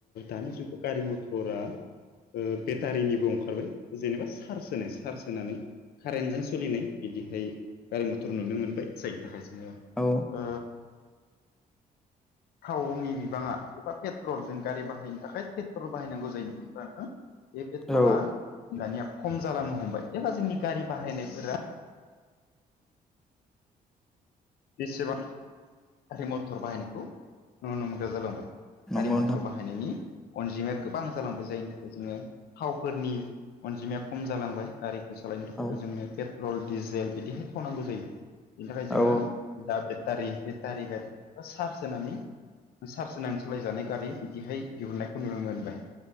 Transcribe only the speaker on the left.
दानि जुगाव गारि मथरा बेटारिनिबो ओंखारबाय जेनेबा चार्ज होनाय चार्ज होनानै कारेन्टजों सोलिनाय बिदिहाय गारि मथर नुनो मोनबाय जायनि थाखाय जोङो
ओ थावनि बिबाङा एबा पेट्रल जों गारि बाहायनो थाखाय पेट्रल बाहायनांगौ जायो होनब्ला बे पेट्रला
दानिया खम जालांनो हमबाय एबा जोंनि गारि बाहायनायफोरा बेसेबां गारि मथर बाहायनायखौ नुनो मोनग्रा जालांबाय
गारि मथर
बाहाय बाहायनायनि अनजिमाया गोबां जालांबाय जायनि थाखाय जोङो थावफोरनि अनजिमाया खम जालांबाय। गारिखौ सालायनो थाखाय'थ'
जोंनो पेट्रल डिजेल बिदिहाय थावनांगौ जायो। बिनि थाखाय जोङो
दा बेटारि बेटारि गारि चार्ज होनानै चार्ज होननानै सालायजानाय गारि बिदिहाय दिहुननायखौ नुनो मोनबाय।